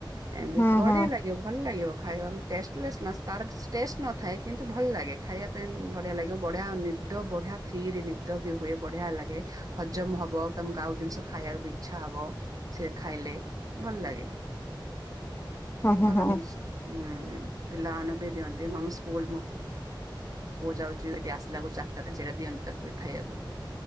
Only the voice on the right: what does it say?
ଏ
ବଢିଆ
ଲାଗିବ ଭଲ ଲାଗିବ। ଖାଇବା ଟେଷ୍ଟଲେସ୍ ନାସ୍ ତାର ସ୍ ଟେଷ୍ଟ ନଥାଏ। କିନ୍ତୁ ଭଲ ଲାଗେ। ଖାଇବା ପାଇଁ ବଢିଆ ଲାଗିବ। ବଢିଆ ନି ଦ ବଢିଆ ଫ୍ରିରେ ନିଦ ବି ହୁଏ। ବଢିଆ ଲାଗେ। ହଜମ ହବ ତମକୁ ଆଉ ଜିନିଷ ଖାଇବାକୁ ବି ଇଛା ହବ। ସେ ଖାଇଲେ ଭଲ ଲାଗେ।
ଭଲ
ଜିନିଷ। ହୁଁ, ହୁଁ ପିଲାମାନେ ବି ଦିଅନ୍ତି। ମାମ ସ୍କୁଲ ମକ ପୁଅ ଯାଉଛି ଦିଦି ଆସିଲା ଳକୁ ଚାରଟା। ସେଟା ଦିଅନ୍ତି ତାକୁ, ଖାଇଆକୁ